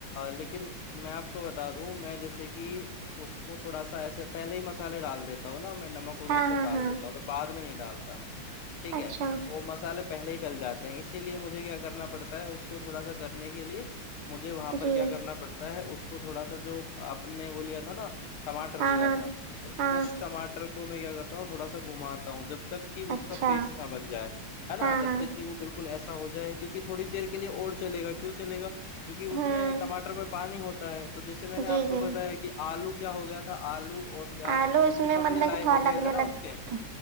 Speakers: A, on the left; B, on the right.
A: لیکن میں آپ کو بتا دوں میں جیسے کہ اس کو تھوڑا سا ایسے پہلے ہی مسالے ڈال دیتا ہوں نا میں نمک ومک
B: ہاں
A: سب
B: ہاں
A: ڈال
B: ہاں
A: دیتا ہوں میں بد میں نہیں ڈالتا ٹھیک
B: اچھا
A: ہے تو وہ مسالے پہلے ہی ڈل جاتے ہیں اسی لیے مجھے کیا کرنا پڑتا ہے اس کو تھوڑا سا کرنے کے لیے مجھے وہاں پر
B: جی
A: کیا کرنا پڑتا ہے ہے اس کو تھوڑا سا جو آپ نے وہ لیا تھا نا ٹماٹر
B: ہاں
A: لیا
B: ہاں
A: تھا تو
B: ہاں
A: اس ٹماٹر کو تو میں کیا کرتا ہوںوا سا گھماتا ہوں جب تک کہ اس
B: اچھا
A: کا پیش نہ بن جائے ہے نا
B: ہاں
A: جب
B: ہاں
A: تک کہ وہ بالکل ایسے ہو جائے کیونکہ تھوڑی دیر کے لیے اور چلے گا کیوں چلےا کیونک اس
B: ہوں
A: میں ٹاٹر میں پانی ہوتا ہے تو جیسے میں نے آپ
B: جی
A: کو
B: جی
A: بتایا کہ آلو کیا ہو گیا تھا آلو اور پیاز
B: آلو اس
A: چپکنے
B: میں مطلب
A: لائق
B: کہ تھوڑا
A: ہو گئے
B: لگنے
A: تھے نا
B: لگ
A: اس کے